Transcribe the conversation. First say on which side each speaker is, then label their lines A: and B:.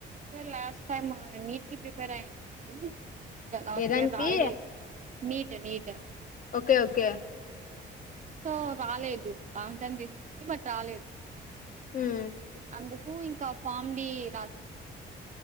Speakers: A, on the right (about 40°); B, on the left (about 40°).
A: లాస్ట్ టైమ్ నీట్ కి ప్రిపేర్ అయందండి కాలా వస్తే
B: ఏదానికి
A: రాయలే NEET NEET
B: okay okay
A: so రాలేదు లాంగ్ టైమ్ తీసుకుంది బట్ రాలేదు
B: ఉమ్
A: అందు కు ఇంకా ఫామ్ బిరాసింది